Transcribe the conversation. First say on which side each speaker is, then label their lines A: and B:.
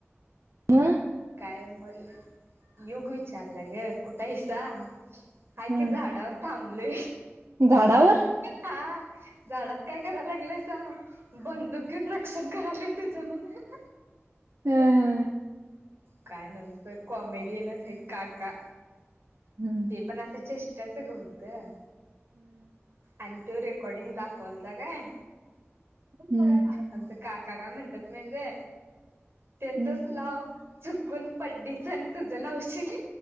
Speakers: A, on the right (about 80°); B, on the right (about 55°).
A: हा
B: काय मग युग विचारला गे कुठाहीसा हा
A: हं
B: काय झाडावर थांबलय
A: झाडावर?
B: हां. झाडात काय कराय लागलायसा? बंदूक घेऊन रक्षण कारलोय तुझं म्हणं.
A: हं हं.
B: काय नव्हं बाई कॉमेडियनच आहेत काका.
A: हम्म
B: ते पण असं चेष्टाच गं होतं. आणि तो रेकॉर्डिंग दाखवलता काय
A: हम्म
B: आमचं काका का म्हणतात माजे त्याचच
A: हम्म
B: लाव चुकून पड्डीच आणि तुझ लाव शनी